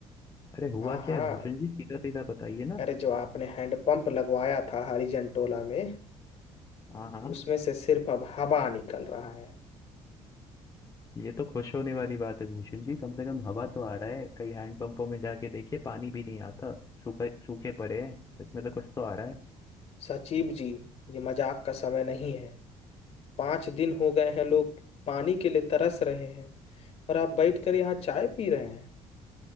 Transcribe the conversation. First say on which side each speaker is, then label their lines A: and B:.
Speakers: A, on the left (about 25°); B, on the left (about 55°).
A: अरे हुआ
B: हाँ हाँ
A: क्या है भूषण जी सीधा सीधा बताइए ना
B: अरे जो आपने हैंडपंप लगवाया था हरिजनटोला में
A: हाँ हाँ
B: उसमें से सिर्फ अब हवा निकल रहा है
A: ये तो खुश होने वाली बात है भूषण जी कम से कम हवा तो आ रहा है कई हैंडपंपों में जाके देखिए पानी भी नहीं आता सूखे सूखे पड़े हैं इसमें तो कुछ तो आ रहा है
B: सचिव जी ये मजाक का समय नहीं है पांच दिन हो गए हैं लोग पानी के लिए तरस रहे हैं और आप बैठ कर यहाँ चाय पी रहे हैं